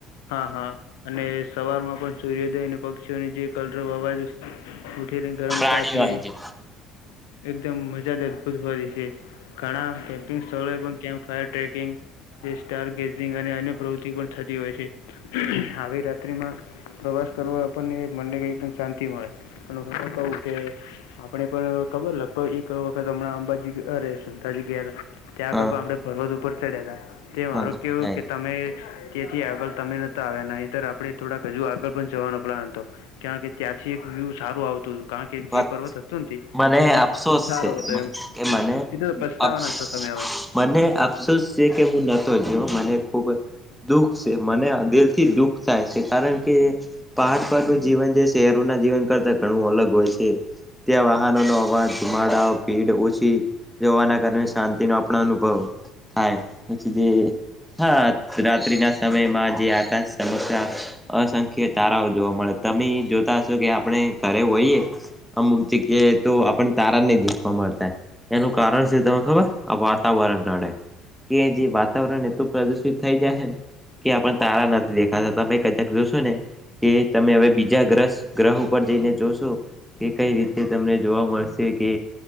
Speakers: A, on the left; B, in the centre.
A: હા, હા અને સવારમાં પણ સૂર્યોદય અને પક્ષીઓની જે કલરવ અવાજ ઉઠીને ગરમ ચા
B: પાણી
A: પીવી
B: વાય જે
A: એકદમ મજા જ અદભુત હોય છે, ઘણા કેમ્પિંગ સ્થલે પણ કેમ્પ ફાયર ટ્રેકિંગ કે સ્ટાર ગેઝિંગ અને અન્ય પ્રવૃત્તિ પણ થતી હોય છે. આવી રાત્રિમાં પ્રવાસ કરવો આપણને મનને કઈક શાંતિ મળે. અને હું તો કઉ કે આપડે પણ ખબર લ પર એક વખત હમણા અંબાજી અરે સુંધાજી ગયા હતા, ત્યાં
B: હા
A: આગળ પણ અવડે પર્વત ઉપર ચડ્યા તા. તે મારું
B: મને તો
A: કેવું
B: મજા આઈ
A: કે તમે ત્યથી આગળ તમે નતા આવ્યા, નઈતર આપડે થોડાક હજુ આગળ પણ જવાનો પ્લાન હતો. કારણ કે ત્યાંથી એક વ્યુ સારું આવતું તું, કારણ કે
B: વાત
A: જે પર્વત હતોન તે
B: મને
A: એકદમ
B: અફસોસ
A: સારો
B: છે
A: હતો એમ,
B: કે મને
A: એ તો પછતાવાના
B: અફસ
A: છો તમે હવે.
B: મને અફસોસ છે કે મુ નતો જ્યો મને ખુબ દુઃખ શે, મને દિલથી દુઃખ થાય શે. કારણ કે પહાડ પરનું જીવન જે ચેહરોના જીવન કરતાં ઘણું અલગ હોય છે ત્યાં વાહનોનો અવાજ, ધુમાડાઓ, ભીડ ઓછી જવાના કાર અને શાંતિનો આપડો અનુભવ થાય નથી જે હા, રાત્રિના સમયમાં જે આકાશ સમકક્ષા અસંખ્ય તારાઓ જોવા મળે તમે જોતા હશો કે આપણે ઘરે હોઈએ. અમુક જગ્યાએ તો આપણને તારા નહી દેખવા મળતા. એનું કારણ છે તમે ખબર આ વાતાવરણ નડે કે જે વાત. તાવરણ એ તો પ્રદુષિત થઈ જાય હે ને. કે આપડન તારા નથી દેખાતા, તમે કદાક જોશો ને કે તમે હવે બીજા ગ્રસ ગ્રહ ઉપર જઈને જોશો, તે કઈ રીતે તમને જોવા મળશે કે